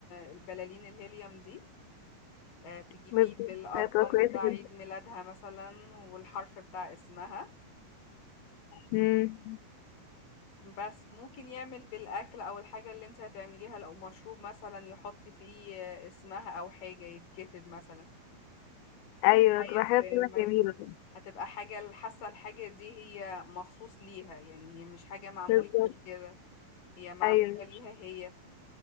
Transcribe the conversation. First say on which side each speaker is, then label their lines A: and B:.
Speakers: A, on the left; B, on the left.
A: البلالين الهيليوم دي آه، تجيبي
B: بالظبط
A: بالأرقام
B: هتبقى كويسة
A: بتاع عيد
B: جدا
A: ميلادها مثلا والحرف بتاع اسمها
B: مم.
A: بس ممكن يعمل بالأكل أو الحاجة اللي انت هتعمليها لو مشروب مثلا يحط فيه اسمها أو حاجة يتكتب مثلا
B: أيوه
A: هيفرق
B: تبقى حاجة فعلا
A: معاه
B: جميلة
A: هتبقى حاجة حاسة الحاجة دي هي مخصوص ليها يعني هي مش حاجة معمولة
B: بالظبط
A: قبل كده هي معمولة
B: ايوه
A: ليها هي